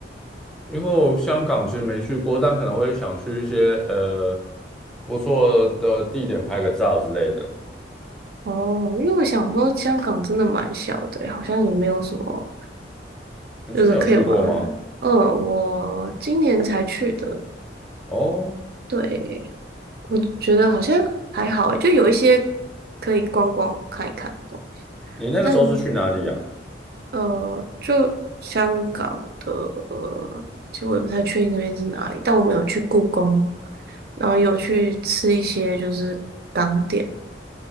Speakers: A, in the centre; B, on the right.
A: 因为我香港其实没去过，但可能会想去一些呃不错的地点拍个照之类的。
B: 哦，因为我想说香港真的蛮小的欸，好像也没有什么
A: 你之前有去过吗？
B: 就是可以玩的人。嗯，我今年才去的，
A: 哦，
B: 对，我觉得好像还好诶就有一些可以逛逛看一看的
A: 你那个时候是去哪里呀、
B: 但呃，就香港的，呃，其实我也不太确定那边是哪里，但我们有去故宫，然后有去吃一些就是港点，